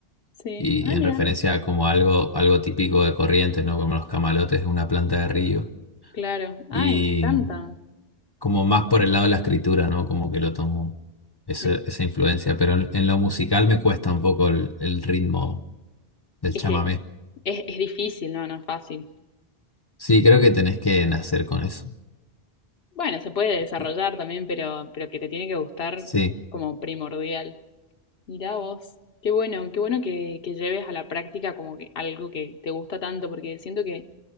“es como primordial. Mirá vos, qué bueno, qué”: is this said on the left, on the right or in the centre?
Left